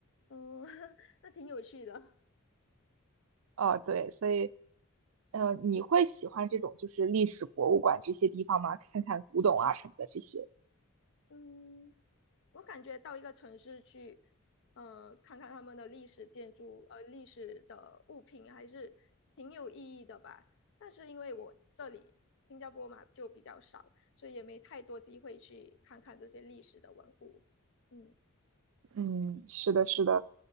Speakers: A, on the left; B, on the right.
A: 嗯，<laughs> 那挺有趣的。
B: <laughs> 啊，对，所以。呃，你会喜欢这种就是历史博物馆这些地方吗？看看古董啊什么的这些。
A: 嗯，我感觉到一个城市去，呃，看看他们的历史建筑，呃，历史的物品还是挺有意义的吧。但是因为我这里新加坡嘛就比较少，所以也没太多机会去看看这些历史的文物。嗯，
B: 嗯，是的，是的，